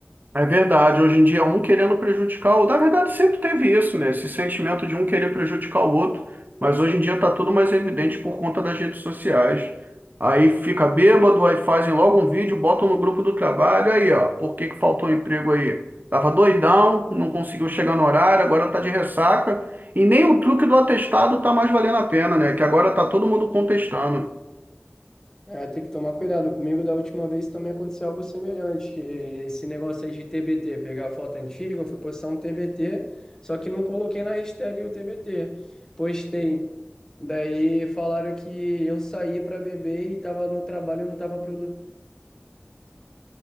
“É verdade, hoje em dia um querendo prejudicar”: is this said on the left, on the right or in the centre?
Right